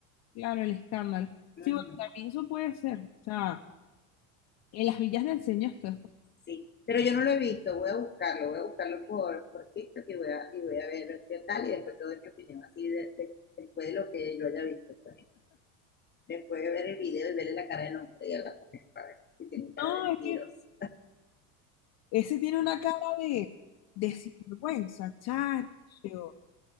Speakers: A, on the left; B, on the left.
A: claro, el escándalo.
B: Uh
A: Sí,
B: -huh,
A: bueno, también eso puede ser. O sea, en las villas del señor esto después.
B: sí, pero yo no lo he visto, voy a buscarlo, voy a buscarlo por, por TikTok y voy, a, y voy a ver qué tal y después te doy mi opinión, así de, de, después de lo que yo haya visto. Pues. Después de ver el video y verle la cara del hombre y a la mujer, para ver si tiene cara
A: No,
B: de mentiroso.
A: es que ese tiene una cara de, de sinvergüenza, chacho.